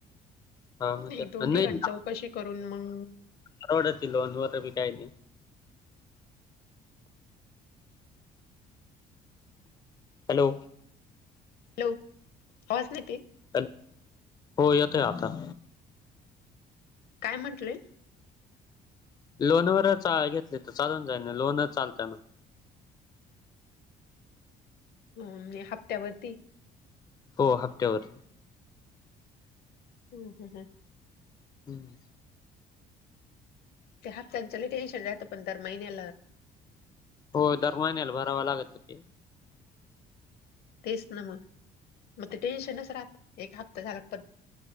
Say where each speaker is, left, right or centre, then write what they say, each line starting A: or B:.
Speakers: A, on the left; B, on the left.
A: हा म्हगत
B: एक दोन
A: नाही
B: ठिकाणी चौकशी करून मग
A: परवड्यातील लोनवरी काही नाही हॅलो
B: हॅलो वाचले ते
A: ॅल हो येतोय आता
B: काय म्हंटलंय?
A: लोनवरच घेतले तर चालून जाई नाही लोनच चालतय ना
B: म हप्त्यावरती
A: हो हप्त्यावर.
B: हम् हम हम
A: हम्म
B: त्या हप्त च टेन्शन राहतं पण तरर महिन्या
A: हो दरवाहिन्याला भरावा लागत हो ते
B: तेच ना मग मग ते टेन्शनच राहते एक हप्ता झाला पर